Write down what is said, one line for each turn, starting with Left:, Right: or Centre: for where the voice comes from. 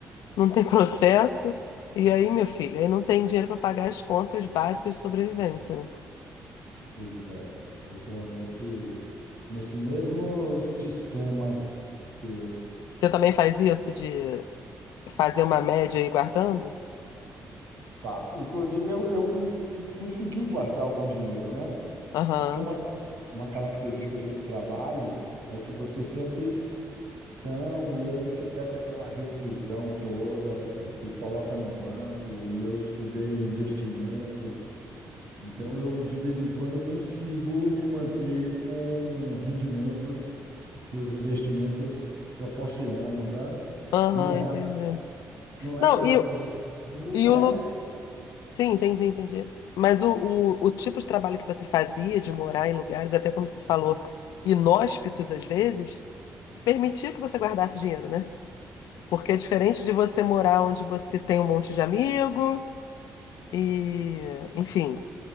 Left: não tem processo. E aí, meu filho, aí não tem dinheiro para pagar as contas básicas de sobrevivência, né?
Right: Pois é. Eu estou nesse, nesse mesmo sistema seu.
Left: Você também faz isso de fazer uma média e ir guardando?
Right: Faço. Inclusive, eu, eu consegui guardar algum dinheiro, né?
Left: Aham,
Right: Porque uma, uma característica desse trabalho é que você sempre são, e aí você pega aquela rescisão toda e coloca no banco, e eu estudei investimentos, então eu, de vez em quando, eu consigo me manter com rendimentos que os investimentos proporcionam, sabe?
Left: aham,
Right: Não é,
Left: entendi.
Right: não é
Left: Não,
Right: a melhor
Left: e, o-
Right: coisa do mundo, mas
Left: e o. lu- Sim, entendi, entendi. Mas o, o, o tipo de trabalho que você fazia, de morar em lugares, até como você falou, inóspitos às vezes, permitia que você guardasse dinheiro, né? Porque é diferente de você morar onde você tem um monte de amigo e, enfim.